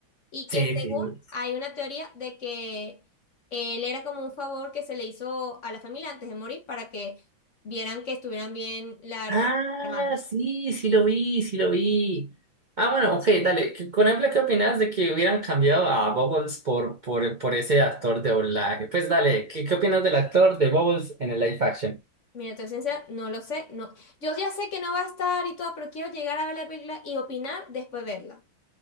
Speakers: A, on the left; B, on the right.
A: y
B: Sí,
A: que según
B: sí.
A: hay una teoría de que él era como un favor que se le hizo a la familia antes de morir para que vieran que estuvieran bien las
B: Ah,
A: hermanas.
B: sí, sí lo vi, sí lo vi. Ah, bueno, ok, dale. ¿Qué- Por ejemplo, ¿qué opinas de que hubieran cambiado a Bubbles por, por, por ese actor de doblaje? Pues dale, ¿qué, qué opinas del actor de Bubbles en el live action?
A: Mira, te soy sincera, no lo sé, no. Yo ya sé que no va a estar y todo, pero quiero llegar a ver la película y opinar después de verla.